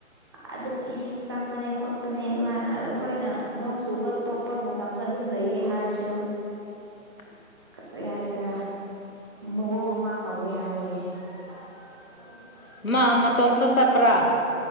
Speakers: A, on the right; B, on the left.
A: ꯑꯗꯨꯝ ꯏꯁꯤꯡ ꯆꯪꯕꯅꯦ ꯈꯣꯠꯄ ꯄꯅꯦ ꯑꯗꯨꯃꯥꯏꯅ ꯑꯗꯣ ꯑꯩꯈꯣꯏꯅ ꯅꯣꯡ ꯆꯨꯕ ꯇꯣꯛꯄ ꯃꯇꯝꯗ ꯑꯗꯨꯝ ꯂꯩꯌꯦ ꯍꯥꯏꯔꯁꯨ
B: <unintelligible>
A: ꯀꯔꯤ ꯍꯥꯏꯁꯤꯔ ꯃꯑꯣꯡ ꯑꯃ ꯇꯧꯋꯦ ꯍꯥꯏꯌꯦ <unintelligible>
B: ꯃꯥ ꯃꯥꯇꯣꯝ ꯇ ꯆꯠꯄ꯭ꯔꯥ